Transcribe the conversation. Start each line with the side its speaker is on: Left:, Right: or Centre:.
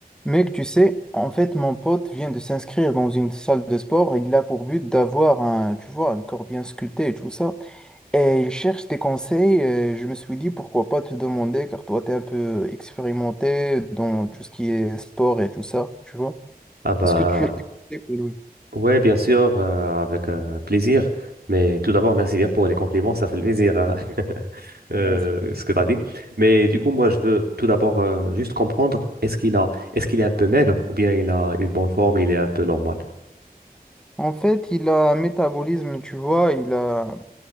Centre: Mec, tu sais, en fait, mon pote vient de s'inscrire dans une salle de sport et il a pour but d'avoir un, tu vois, un corps bien sculpté et tout ça. Et il cherche des conseils. et je me suis dit, pourquoi pas te demander, car toi, t'es un peu expérimenté dans tout ce qui est sport et tout ça, tu vois.
Right: Ah bah
Centre: Est-ce que tu as des conseils pour lui?
Right: ouais, bien sûr, euh, avec euh, plaisir. Mais tout d'abord, merci bien pour les compliments, ça fait plaisir euh, <laughs> euh,
Centre: Ouais, c'est pas
Right: ce que tu as
Centre: grave.
Right: dit. Mais du coup, moi, je veux tout d'abord euh, juste comprendre, est-ce qu'il a, est-ce qu'il est un peu maigre ou bien il a une bonne forme, il est un peu normal?
Centre: En fait, il a un métabolisme, tu vois, il a euh,